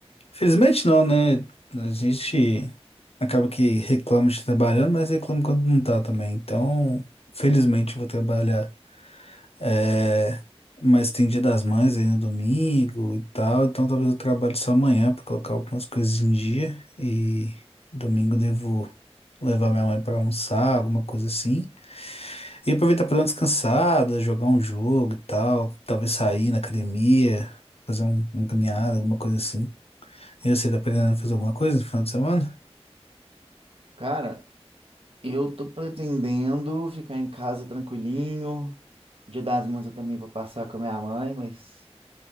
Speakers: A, on the left; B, on the right.
A: Felizmente não, né? A gente acaba que reclama de trabalhando, mas reclama quando não tá também. Então, felizmente eu vou trabalhar. É, mas tem Dia das Mães aí no domingo e tal, então talvez eu trabalhe só amanhã pra colocar algumas coisas em dia. E domingo devo levar minha mãe pra almoçar, alguma coisa assim. E aproveitar pra dar uma descansada, jogar um jogo e tal, talvez sair na academia, fazer um, uma caminhada, alguma coisa assim. E você tá pretendendo fazer alguma coisa no final de semana?
B: Cara, eu tô pretendendo ficar em casa tranquilinho. Dia das Mães eu também vou passar com a minha mãe, mas...